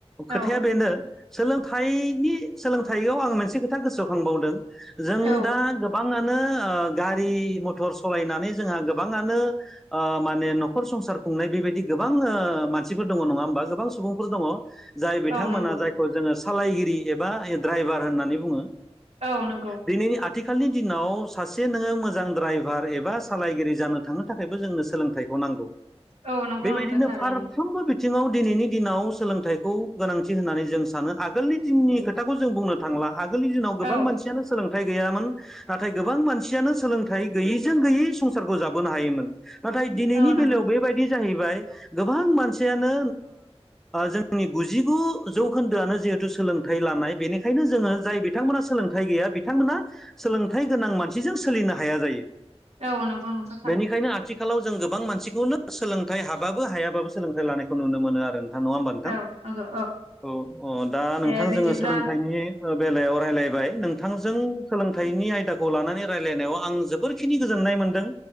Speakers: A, in the centre; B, on the right (about 75°).
A: खोथाया
B: औ
A: बेनो सोलोंथाइनि सोलोंथाइयाव आं मोनसे खोथा गोसोखांबावदों जों
B: औ
A: दा गोबां गोबांङानो गारि मथर सालायनानै जों हा गोबाङानो माने न'खर संसार खुंनाय बेबायदि गोबां मानसिफोर दङ नङा होमबा गोबां सुबुंफोर दङ जाय बिथांमोना
B: औ नंगौ
A: जायखौ जोङो सालायगिरि एबा दड्राइभार होननानै बुङो
B: औ नंगौ
A: दिनैनि आथिखालनि दिनाव सासे नोङो मोजां ड्राइभार एबा सालायगिरि जानो थांनो थाखायबो जोंनो सोलोंथाइखौ नांगौ
B: औ नंगौ
A: बेबायदिनो
B: नोंथां थारैनो
A: फारबो बिथिङाव दिनैनि दिनाव सोलोंथाइखौ गोनांथि होननानै जों सानो आगोलनि दिननि खोथाखौ जों बुंनो थांला आगोलनि दिनाव गोबां
B: औ
A: मानसियानो सोलोंथ थाय गैयामोन नाथाय गोबां मानसियानो सोलोंथाइ गैयैजों गैयै संसारखौ जाबोनो हायोमोन नाथाय दिनैनि
B: औ नंगौ
A: बेलायाव
B: नोंथां
A: बेबायदि गोबां मानसियानो जोंनि गुजिगु जौखोन्दोआनो जिहेतु सोलोंथाइ लानाय बेनिखायनो जोङो जाय बिथांमोना सोलोंथाइ गैया बिथांमोना सोलोंथाइ गोनां मानसि जों सोलिनो हाया जायो
B: औ नंगौ नंथखादों
A: बेनिखायनो
B: न
A: आथिखालाव जों गोबां मानसिखौनो सोलोंथाइ हाबाबो हायाबाबो सोलोंथाइ लानायखौ नुनो मोनो आरो नोंथां नङा होमबा नोंथां
B: औ नंगौ
A: औ अ दा
B: दे
A: नोंथां
B: बिदिब्ला
A: जोङो सोलोंथाइनि ओ बेलायाव रायलायबाय नोंथांजों सोलोंथाइनि आयदाखौ लानानै रायज्लायनायाव आं जोबोरखिनि गोजोननाय मोनदों